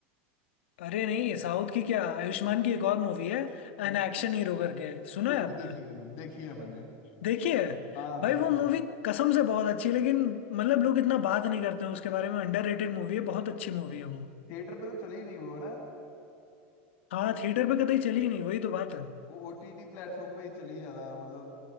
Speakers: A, on the left; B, on the left.
A: अरे नहीं साउथ की क्या आयुष्मान की एक और मूवी है
B: हाँ,
A: एन एक्शन हीरो करके सुना
B: वो
A: है आपने
B: भी देखी है मैंने देखी है मैंने
A: देखिए
B: हाँ
A: भाई
B: देखी
A: वो मूवी
B: है
A: कसम से बहुत अच्छी है लेकिन मतलब लोग इतना बात नहीं करते हैं उसके बारे में अंडररेटेड मूवी है बहुत अच्छी मूवी है वो
B: थिएटर पे तो चली नहीं वो ना
A: हाँ थिएटर पे कतई चली ही नहीं वही तो बात है
B: वो ओटीटी प्लेटफॉर्म पे ही चली ज्यादा मतलब